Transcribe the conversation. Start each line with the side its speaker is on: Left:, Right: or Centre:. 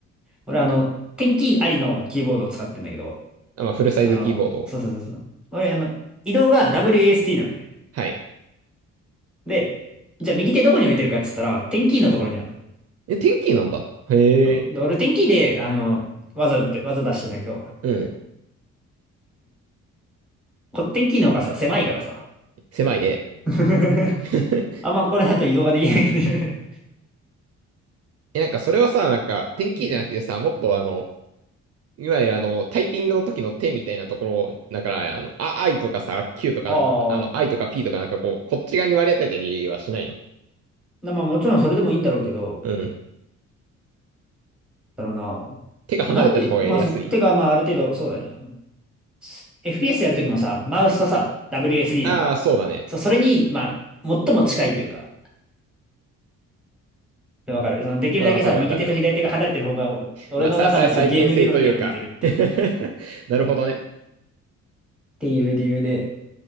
Centre: 俺あの、テンキーありのキーボードを使ってんだけど、
Right: あ、まあ、フルサイズキーボード。
Centre: あの、そうそうそうそう。俺、あの、移動が WASD なのね。
Right: はい。
Centre: で、じゃあ右手どこに置いてるかっつったら、テンキーのところにあるの。
Right: え、テンキーなんだ。へえ。
Centre: そうで、俺、テンキーで、あの、技打って、技出してんだけど、
Right: うん。
Centre: こテンキーの方がさ、狭いからさ。
Right: 狭いね。
Centre: <laughs>
Right: <laughs>
Centre: あんまこれだと移動ができないんで。
Right: え、なんかそれはさ、なんか、テンキーじゃなくてさ、
Centre: うん。
Right: もっとあの、いわゆるあの、タイピングの時の手みたいなところ、だから、あの、あ、I とかさ、Q とか、
Centre: ああ。
Right: あの、I とか P とかなんかこう、こっち側に割り当てたりはしないの。
Centre: なまあもちろんそれでもいいんだろうけど、
Right: うん。
Centre: だろうな。
Right: 手が離れてた方がやりやすい。
Centre: なんで、まあそ、てかまあある程度、そうだね。す FPS やるときもさ、マウスとさ、WSD
Right: ああ、
Centre: だから、
Right: そうだね。
Centre: そ、それに、まあ、最も近いというか、でわかる。その、できるだけさ、
Right: まあ、わかるわかる。
Centre: 右手と左手が離れてる方が、お俺の中のそのゲーム理論には向いてるっていう。
Right: まあ、さ、さ、再現性というか。<laughs> なるほどね。
Centre: そうっていう理由で、